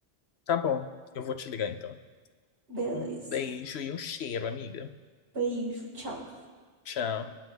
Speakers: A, on the left; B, on the right.
A: Tá bom, eu vou te ligar então.
B: Beleza.
A: Um beijo e um cheiro, amiga.
B: Beijo, tchau.
A: Tchau.